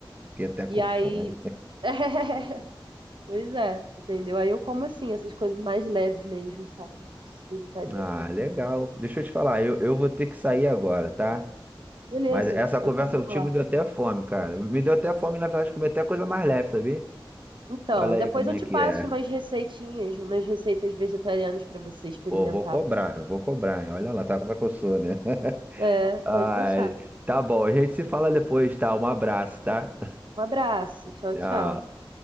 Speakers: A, on the right; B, on the right.
A: fiquei até com
B: E aí.
A: fome.
B: <laughs> Pois é, entendeu? Aí eu como assim, essas coisas mais leves mesmo, sabe? Mais vegetariano.
A: Ah, legal. Deixa eu te falar, eu, eu vou ter que sair agora, tá?
B: Beleza,
A: Mas essa conversa
B: eu também
A: contigo
B: vou lá.
A: me deu até fome, cara. Me deu até fome, na verdade, comer até coisa mais leve, sabia?
B: Então,
A: Olha
B: depois
A: aí como
B: eu
A: é
B: te
A: que
B: passo
A: é.
B: umas receitinhas, umas receitas vegetarianas para você experimentar.
A: Pô, vou cobrar, eu vou cobrar, hein? Olha lá, sabe como é que eu sou, né? <laughs>
B: É,
A: Ai,
B: pode deixar.
A: tá bom, a gente se fala depois, tá? Um abraço, tá?
B: Um abraço, tchau,
A: <laughs> Tchau.
B: tchau.